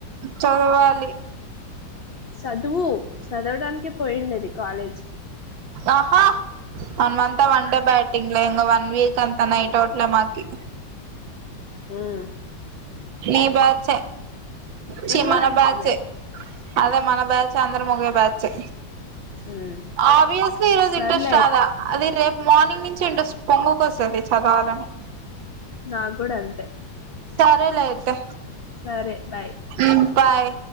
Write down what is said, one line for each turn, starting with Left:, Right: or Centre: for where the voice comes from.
Right: చదవాలి
Left: సదువు సదవడానికి పోయిండేది కాలేజ్కిి
Right: ఆహా మన్మంత వన్ డే బ్యాట్ ఇంగ ఇంగ వన్ వీక్ అంత నైట్ అవుట్లే మాకి
Left: హ్మ్
Right: నీ బ చె చి
Left: కూడా
Right: మన
Left: అంతేలే
Right: బ్యాచె అదే మన బ్యాచ్ అందర ముగ బ్యాచె
Left: ఉమ్
Right: ఆబ్వియస్లీ ఈరోజు
Left: సర్లే
Right: ఇంట్రెస్ట్ రాలా అది రే మార్నింగ్ నుంచి ఇంట్రస్ట్ పొంగుకొస్తది చదవాలని
Left: నాగ్ కూడా అంతే
Right: రేలే అయితే
Left: సరే బాయ్
Right: ఉంటాయ్